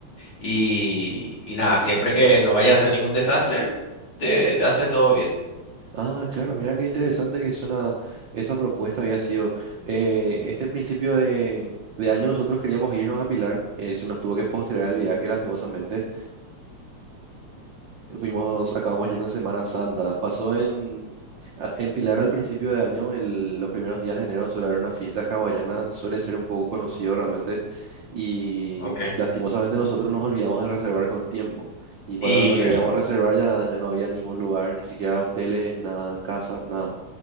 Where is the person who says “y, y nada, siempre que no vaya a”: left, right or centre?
Left